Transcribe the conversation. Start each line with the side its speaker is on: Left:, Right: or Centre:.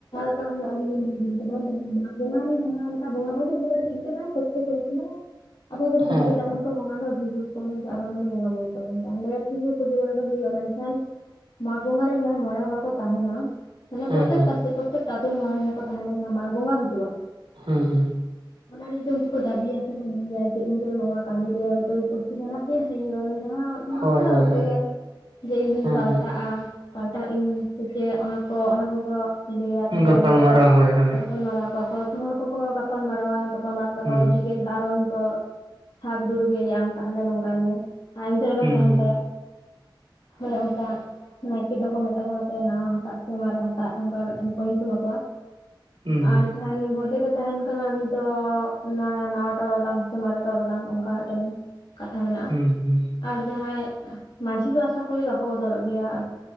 Left: ᱚ ᱟᱹᱞᱤᱧ ᱞᱤᱧ <unintelligible> ᱠᱟᱱᱟᱱᱟ ᱵᱚᱸᱜᱟ ᱨᱮ ᱡᱟᱦᱟᱸ ᱞᱮᱠᱟ ᱵᱚᱸᱜᱟ ᱠᱚᱫᱚ ᱦᱩᱭᱩᱜᱼᱟ ᱴᱷᱤᱠ ᱛᱮ ᱵᱟᱝ ᱥᱚᱛᱷ ᱠᱚ᱾
Right: <inaudible>
Left: ᱟᱵᱚ ᱫᱚ ᱫᱷᱤᱨᱤ
Right: ᱦᱮᱸ
Left: ᱜᱮ ᱛᱟᱵᱚᱱ᱾ ᱚ ᱵᱚᱸᱜᱟ ᱫᱚ ᱟᱹᱰᱚᱠ <unintelligible> ᱟᱵᱟᱨᱮᱱ ᱫᱚ ᱵᱚᱸᱜᱟ ᱵᱩᱨᱩ ᱛᱟᱵᱮᱱ ᱛᱟᱦᱚᱞᱮ ᱴᱷᱤᱠ ᱜᱮ ᱯᱩᱡᱟᱹ ᱵᱟᱲᱟ ᱫᱚ ᱦᱩᱭᱩᱜᱼᱟ᱾ ᱢᱮᱱᱠᱷᱟᱱ ᱢᱟᱜ ᱵᱚᱸᱜᱟ ᱨᱮ ᱡᱟᱦᱟᱸ <unintelligible> ᱢᱚᱬᱮ ᱦᱚᱲ ᱠᱚ ᱛᱟᱦᱮᱱᱟ ᱢᱟᱱᱮ
Right: ᱦᱮᱸ
Left: ᱯᱨᱚᱛᱛᱮᱠᱴᱟ
Right: ᱦᱮᱸ ᱦᱮᱸ
Left: ᱯᱨᱚᱛᱛᱮᱠᱴᱛ ᱢᱚᱬᱮ ᱡᱟᱦᱟᱸ ᱠᱚ ᱛᱟᱦᱮᱱᱟ ᱡᱟᱦᱟᱸ ᱢᱟᱜᱽ ᱵᱚᱸᱜᱟ ᱦᱤᱡᱩᱜᱼᱟ᱾
Right: ᱦᱩᱸ ᱦᱩᱸ
Left: ᱚᱱᱟ ᱨᱮ ᱡᱩᱫᱤ ᱫᱚ ᱩᱱᱠᱩ ᱠᱚ ᱫᱟᱹᱵᱤᱭᱟ ᱥᱮᱠᱚ ᱞᱟᱹᱭᱟ ᱡᱮ ᱤᱧ ᱫᱚ ᱱᱚᱣᱟ ᱠᱟᱹᱢᱤ ᱨᱮ ᱦᱚᱭᱛᱚ ᱚᱥᱩᱵᱤᱫᱟ ᱦᱮᱱᱟᱜ ᱛᱤᱧᱟᱹ ᱥᱮ ᱤᱧ ᱡᱟᱦᱟᱸ
Right: ᱦᱳᱭ
Left: ᱚᱥᱩᱵᱤᱫᱟ
Right: ᱦᱳᱭ
Left: ᱦᱚᱭᱛᱮᱜᱮ
Right: ᱦᱳᱭ
Left: ᱡᱮ ᱤᱧ ᱫᱩᱧ
Right: ᱦᱮᱸ
Left: ᱯᱟᱞᱴᱟᱜᱼᱟ᱾
Right: ᱦᱮᱸ
Left: ᱮᱴᱟᱜ ᱤᱧ ᱥᱮᱥᱮᱫ ᱚᱱᱟ ᱠᱚ ᱚᱱᱟ ᱠᱚᱠᱚ ᱞᱟᱹᱭᱟ ᱛᱟᱦᱚᱞᱮ
Right: ᱜᱟᱯᱟᱞᱢᱟᱨᱟᱣ
Left: ᱚᱱᱟᱨᱮ
Right: ᱦᱳᱭ ᱦᱳᱭ
Left: ᱜᱟᱯᱟᱞ ᱢᱟᱨᱟᱨᱟᱣ ᱠᱚᱜᱣᱟ ᱠᱚ ᱟᱛᱳ ᱦᱚᱲ ᱠᱚᱠᱚ ᱜᱟᱯᱟᱞ ᱢᱟᱨᱟᱣᱣᱟ, ᱜᱟᱯᱟᱞ ᱢᱟᱨᱟᱣᱟ ᱠᱟᱛᱮ ᱚᱠᱚᱜ
Right: ᱦᱩᱸ
Left: ᱠᱚ ᱠᱚ ᱴᱷᱤᱠ ᱜᱮ ᱛᱟᱦᱮᱞᱮ ᱟᱨ ᱩᱱᱤ ᱠᱚ ᱥᱟᱵ ᱫᱩᱲᱩᱵᱮᱭᱟ ᱡᱮ ᱟᱢ ᱛᱟᱦᱚᱞᱮ ᱱᱚᱝᱠᱟᱭ ᱢᱮ᱾ ᱟᱨ <unintelligible> ᱨᱮᱵᱮᱱ
Right: ᱦᱩᱸ
Left: ᱛᱟᱦᱮᱱ ᱛᱟᱭᱟ᱾ ᱦᱳᱭ ᱚᱝᱠᱟ ᱚᱱᱟᱜᱮ᱾ ᱫᱚ ᱠᱚ ᱢᱮᱛᱟ ᱠᱚ ᱠᱟᱱᱟ ᱛᱮ ᱱᱟᱣᱟ ᱦᱟᱴᱟᱜ ᱥᱮ ᱢᱟᱨᱮ ᱦᱟᱴᱟᱜ ᱚᱱᱠᱟ ᱢᱤᱫᱴᱮᱱ ᱠᱚ ᱧᱩᱛᱩᱢᱛᱩ ᱟᱠᱚᱣᱟ᱾
Right: ᱦᱩᱸ ᱦᱩᱸ
Left: ᱟᱨ ᱡᱟᱦᱟᱸ ᱱᱩᱭ ᱜᱚᱰᱮᱛ ᱛᱟᱦᱮᱱ ᱠᱟᱱᱟ ᱩᱱᱤ ᱫᱚ ᱚᱱᱟ ᱱᱟᱣᱟ ᱴᱚᱨᱚᱰᱟᱝ ᱥᱮ ᱢᱟᱨᱮ ᱴᱚᱨᱚᱰᱟᱝ ᱚᱱᱠᱟ ᱢᱤᱫᱴᱮᱱ᱾ ᱠᱟᱛᱷᱟ ᱢᱮᱱᱟᱜᱼᱟ᱾
Right: ᱦᱩᱸ ᱦᱩᱸ
Left: ᱟᱨ ᱡᱟᱦᱟᱸᱭ ᱢᱟᱺᱡᱷᱤ ᱫᱚ ᱟᱥᱟ ᱠᱚᱨᱤ ᱵᱟᱠᱚ ᱵᱚᱫᱚᱞᱚᱜ ᱜᱮᱭᱟ ᱟᱨ᱾